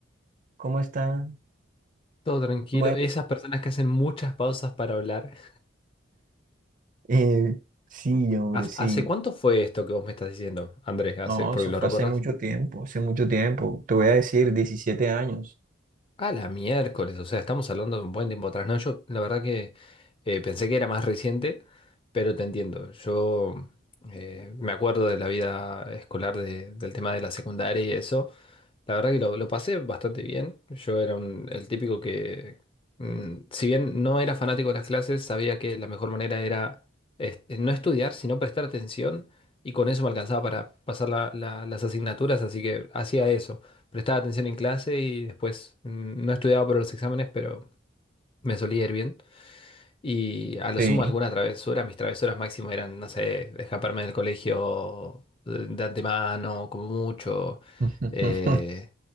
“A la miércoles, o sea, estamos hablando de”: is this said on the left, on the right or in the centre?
Left